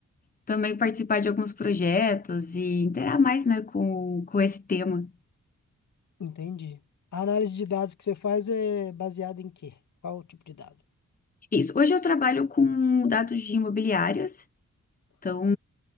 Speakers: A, on the left; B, on the left.
A: também participar de alguns projetos e interar mais, né, com, com esse tema.
B: Entendi. A análise de dados que você faz é baseada em quê? Qual o tipo de dado?
A: Isso. Hoje eu trabalho com dados de imobiliárias. Então,